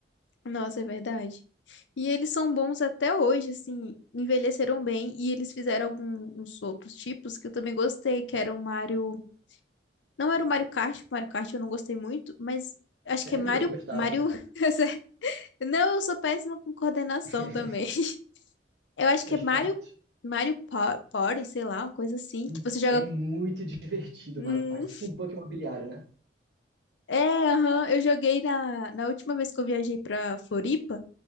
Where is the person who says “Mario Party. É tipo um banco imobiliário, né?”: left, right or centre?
Right